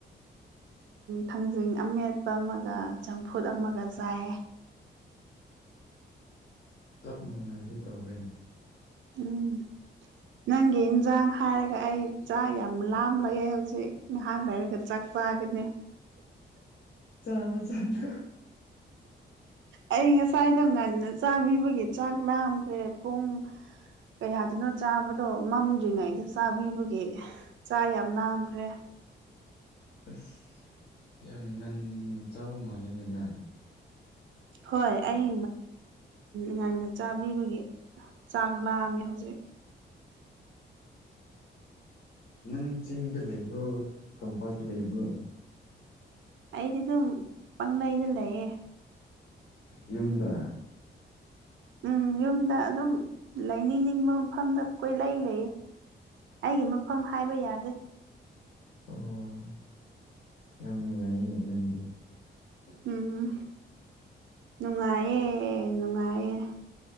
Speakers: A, on the right; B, on the left.
A: ꯊꯥꯡꯖꯤꯡ ꯑꯃꯦꯠꯄ ꯑꯃꯒ ꯆꯝꯐꯨꯠ ꯑꯃꯒ ꯆꯥꯏ
B: ꯀꯞ ꯃꯅꯥꯏꯒꯦ ꯇꯧꯋꯦꯅꯦ
A: ꯎꯝ ꯅꯪꯒꯤ ꯏꯟꯁꯥꯡ ꯍꯥꯏꯔꯒ ꯑꯩ ꯆꯥꯛ ꯌꯥꯝ ꯂꯥꯝꯂꯑꯦ ꯍꯧꯖꯤꯛ ꯉꯥꯏꯍꯥꯛ ꯂꯩꯔꯒ ꯆꯥꯛ ꯄꯥꯒꯅꯦ
B: ꯆꯂ ꯆꯂ
A: ꯑꯩ ꯉꯁꯥꯏꯗꯣ ꯉꯟꯅ ꯆꯥꯕꯤꯕꯒꯤ ꯆꯥꯛ ꯂꯥꯝꯈ꯭ꯔꯦ ꯄꯨꯡ ꯀꯌꯥꯗꯨꯅꯣ ꯆꯥꯕꯗꯣ ꯃꯝꯗ꯭ꯔꯤꯉꯩꯗ ꯆꯥꯕꯤꯕꯒꯦ ꯆꯥ ꯌꯥꯝ ꯅꯥꯝꯈ꯭ꯔꯦ
B: ꯑꯁ ꯌꯥꯝ ꯉꯟꯅ ꯆꯥꯕ ꯃꯥꯜꯂꯦꯅꯦꯅ
A: ꯍꯣꯏ ꯑꯩ ꯉꯟꯅ ꯆꯥꯕꯤꯕꯒꯤ ꯆꯥꯛ ꯂꯥꯛꯑꯝꯃꯦ ꯍꯧꯖꯤꯛ
B: ꯅꯪ ꯆꯤꯡꯗ ꯂꯩꯕ꯭ꯔꯣ ꯇꯝꯄꯥꯛꯇ ꯂꯩꯕ꯭ꯔꯣ
A: ꯑꯩꯗꯤ ꯑꯗꯨꯝ ꯄꯥꯡꯅꯩꯗ ꯂꯩꯌꯦ
B: ꯌꯨꯝꯗ
A: ꯎꯝ ꯌꯨꯝꯗ ꯑꯗꯨꯝ ꯂꯩꯅꯤꯡꯅꯤꯡꯕ ꯃꯐꯝꯗ ꯀꯣꯏ ꯂꯩ ꯂꯩꯌꯦ ꯑꯩꯒꯤ ꯃꯐꯝ ꯍꯥꯏꯕ ꯌꯥꯗꯦ
B: ꯑꯣ ꯌꯥꯝ ꯅꯨꯡꯉꯥꯏ ꯑꯅꯦ ꯅꯪꯗꯤ ꯎ
A: ꯎꯝ ꯅꯨꯡꯉꯥꯏꯌꯦ ꯅꯨꯡꯉꯥꯏꯌꯦ